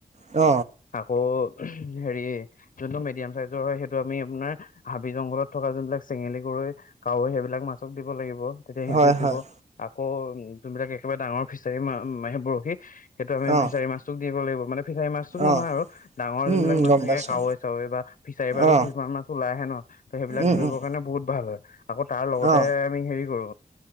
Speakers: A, on the right; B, on the left.
A: অ
B: আকৌ হেৰি যোনটো মিডিয়াম চাইজৰ হয় সেইটো আমি আপোনাৰ হাবি জংঘলত থকা যোনবিলাক চেঙেলী গৰৈ কাৱৈ সেইবিলাক মাছক দিব লাগিব তেতিয়া সিহঁতি
A: হয়
B: উঠিব,
A: হয়
B: আকৌ উ যোনবিলাক একেবাৰে ডাঙৰ ফিচ- ফিচাৰী মা বৰশী সেইটো আমি
A: অ
B: ফিচাৰী মাছটোক দিব লাগিব মানে ফিছাৰী মাছটোক নহয়
A: অ
B: আৰু ডাঙৰ
A: উম
B: যোনবিলাক
A: উম
B: মাছ
A: গম
B: থাকে
A: পাইছো
B: কাৱৈ চাৱৈ বা ফিচাৰী বাৰো
A: অ
B: কিছুমান মাছ ওলাই আহে ন। ত সেইবিলাক
A: উম
B: ধৰিবৰ
A: উম
B: কাৰণে বহুত ভাল হয়। আকৌ তাৰ লগতে
A: অ
B: আমি হেৰি কৰো